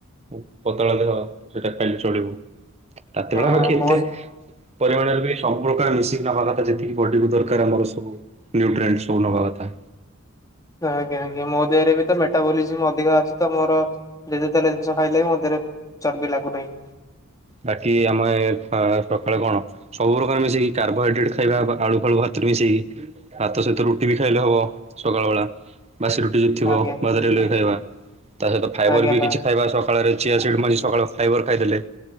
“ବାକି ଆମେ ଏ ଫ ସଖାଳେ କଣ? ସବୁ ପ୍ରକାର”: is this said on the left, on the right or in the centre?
Right